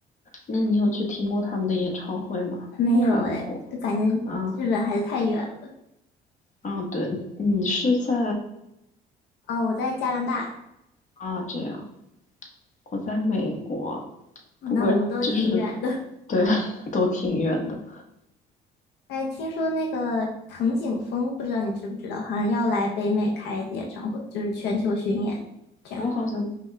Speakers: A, on the left; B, on the left.
A: 那你有去听过他们的演唱会吗？
B: 没有哎，
A: 看过
B: 就感觉
A: 啊，
B: 日本还是太远了。
A: 啊，对，你是在
B: 啊，我在加拿大，
A: 啊，这样，我在美国，
B: 啊那我们都挺远的。
A: 不过就是，对，<laughs> 都挺远的。
B: 哎，听说那个藤井风，不知道你知不知道，好像要来北美开演唱会，就是全球巡演这样。
A: 我好像